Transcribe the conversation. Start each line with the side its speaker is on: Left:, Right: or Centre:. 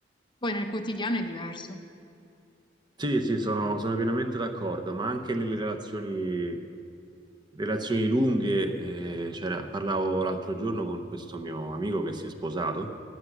Left: Poi nel quotidiano è diverso.
Right: Sì, sì, sono, sono pienamente d'accordo, ma anche nelle relazioni Relazioni lunghe, eh, c'era- parlavo l'altro giorno con questo mio amico che si è sposato